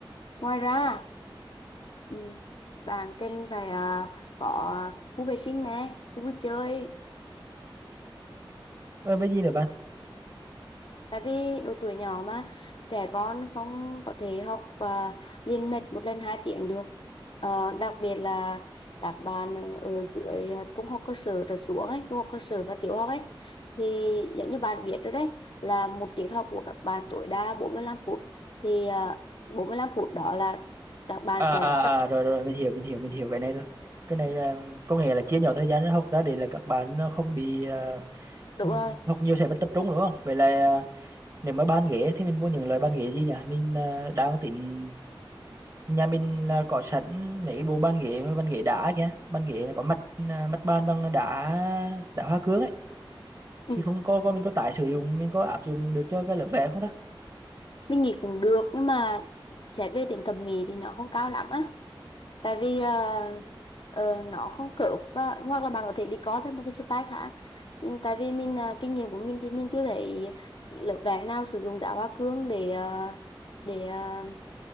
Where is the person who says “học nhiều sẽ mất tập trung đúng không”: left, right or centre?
Right